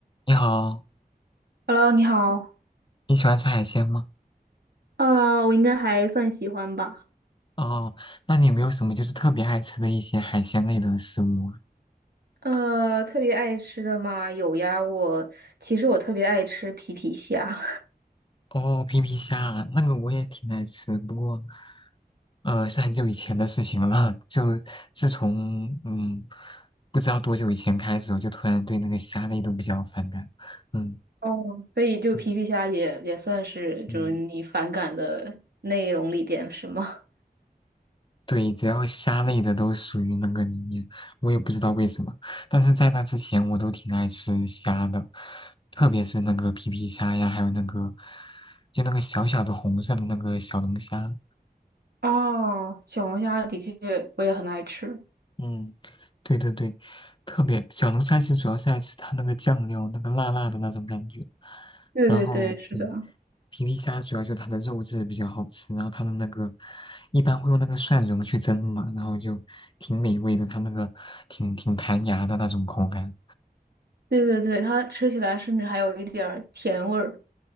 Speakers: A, on the left (about 30°); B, on the right (about 75°).
A: 你好，
B: Hello，你好。
A: 你喜欢吃海鲜吗？
B: 啊，我应该还算喜欢吧。
A: 哦，那你有没有什么就是特别爱吃的一些海鲜类的食物啊？
B: 呃，特别爱吃的嘛，有呀。我其实我特别爱吃皮皮虾，
A: 哦，皮皮虾啊那个我也挺爱吃，不过，呃，是很久以前的事情了。<laughs> 就自从嗯，不知道多久以前开始，我就突然对那个虾类都比较反感。嗯
B: <laughs> 哦，所以就皮皮虾也也算是就是你反感的内容里边是吗？
A: 嗯嗯对，只要虾类的都属于那个里面，我也不知道为什么。但是在那之前，我都挺爱吃虾的，特别是那个皮皮虾呀，还有那个就那个小小的红色的那个小龙虾。
B: <laughs> 哦，小龙虾的确我也很爱吃。
A: 嗯，对对对，特别小龙虾其实主要是爱吃它那个酱料，那个辣辣的那种感觉。
B: 对对对，
A: 然嗯后对，
B: 是的，
A: 皮皮虾主要就它的肉质比较好吃，然后它的那个一般会用那个蒜蓉去蒸嘛，然后就挺美味的，它那个挺挺弹牙的那种口感。
B: 对对对，它吃起来甚至还有一点儿甜味儿。